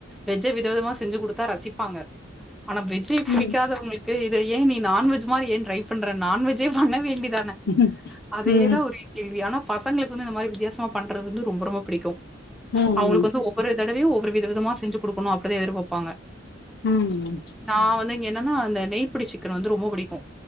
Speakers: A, in the centre; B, on the left (about 60°).
A: வெஜ்ஜ வித விதமா செஞ்சு கொடுத்தா ரசிப்பாங்க ஆனா வெஜ் வெஜ்ஜே பிடிக்காதவங்களுக்கு
B: ம்
A: இத ஏ நீ நான்வெஜ் மாரி ஏ ட்ரை பண்ற நான்வெஜ் ஜே பண்ண வேண்டிதானே
B: ம்
A: அதேதா
B: ம்
A: ஒரு கேள்வி ஆனா பசங்களுக்கு வந்து இந்த மாரி வித்தியாசமா பண்றது வந்து ரொம்ப ரொம்ப பிடிக்கு
B: ம்
A: அவங்களுக்கு வந்து ஒரு ஒரு தடவயு ஒவ்வொரு வித விதமா செஞ்சு கொடுக்கணு அப்டி தா எதிர்பாப்பாங்க
B: உம் உம்
A: நா வந்து இங்க என்னன்னா அந்த நெய் பிடி சிக்கன் வந்து ரொம்ப பிடிக்கு